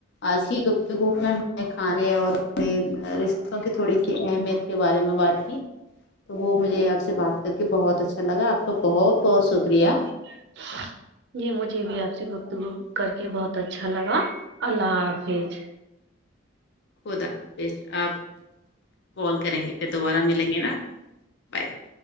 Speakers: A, on the left (about 55°); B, on the right (about 55°).
A: آج کی گفتگو میں ہمیں کھانے اور اپنے رشتوں کی تھوڑی سی اہمیت کے بارے میں بات کی تو وہ مجھے آپ سے بات کر کے بہت اچھا لگا آپ کا بہت بہت شکریہ
B: <unintelligible> جی مجھے بھی آپ سے گفتگو کر کے بہت اچھا لگا اللہ حافظ
A: خدا حافظ آپ کال کریں گے پھر دوبارہ ملیں گے نا بائے بائے